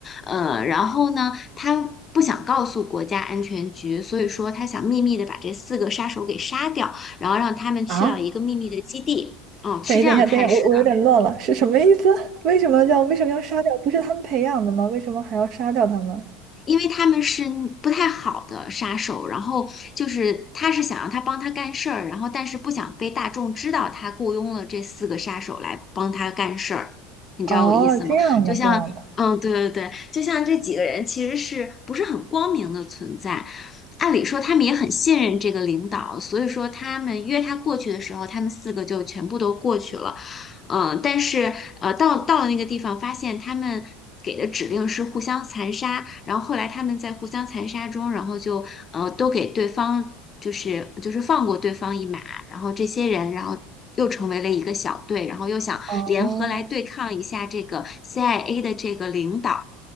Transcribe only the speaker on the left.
呃，然后呢，他不想告诉国家安全局，所以说他想秘密的把这四个杀手给杀掉，然后让他们去到一个秘密的基地，
嗯，是这样开始的。
因为他们是不太好的杀手，然后就是他是想让他帮他干事儿，然后但是不想被大众知道他雇佣了这四个杀手来帮他干事儿，你知道我意思吗？
就像，
嗯，对对对，就像这几个人其实是不是很光明的存在？按理说他们也很信任这个领导，所以说他们约他过去的时候，他们四个就全部都过去了。嗯，但是呃，到到了那个地方，发现他们给的指令是互相残杀，然后后来他们在互相残杀中，然后就呃都给对方就是就是放过对方一马，然后这些人然后又成为了一个小队，然后又想联合来对抗一下这个
CIA 的这个领导，